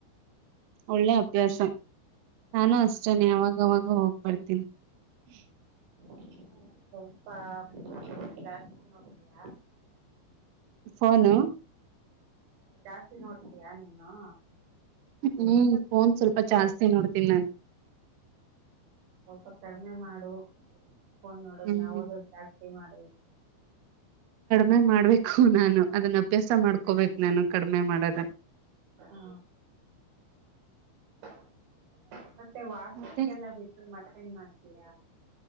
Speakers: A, on the right; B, on the right.
A: ಒಳ್ಳೆ ಅಭ್ಯಾಸ. ನಾನು ಅಷ್ಟೇನ್ ಯಾವಾಗ್ ಯಾವಾಗ್ಲೂ ಹೋಗ್ ಬರ್ <unintelligible>
B: ನೀವು ಸ್ವಲ್ಪ <unintelligible> ಜಾಸ್ತಿ ನೋಡ್ತೀಯ?
A: ಫೋನು
B: ಜಾಸ್ತಿ ನೋಡ್ತಿಯಾ ನೀನು
A: ಹ್ಮ್ ಫೋನ್ ಸ್ವಲ್ಪ ಜಾಸ್ತಿ ನೋಡ್ತೀನಿ ನಾನ್
B: ಸ್ವಲ್ಪ ಕಡ್ಮೆ ಮಾಡು. ಫೋನ್ ನೋಡೋದ್ನ
A: ಹ್ಮ್
B: ಓದೋದ್ ಜಾಸ್ ಸ್ತಿ ಮಾಡ್
A: ನಾನ್ ಮಾಡ್ಬೇಕು ನಾನ್ ಅದನ್ನ ಅಭ್ಯಾಸ ಮಾಡ್ ಹಾಕೋಬೇಕ್ ನಾನು ಕಡಿಮೆ ಮಾಡದ
B: ಹಾ <inaudible> ತ್ತೆ ವಾಕಿಂಗೆಲ್ಲಾ
A: ಮತ್ತೆ
B: ಬಿಟ್ಟು ಮತ್ತೇನ್ ಮಾಡ್ತೀರ.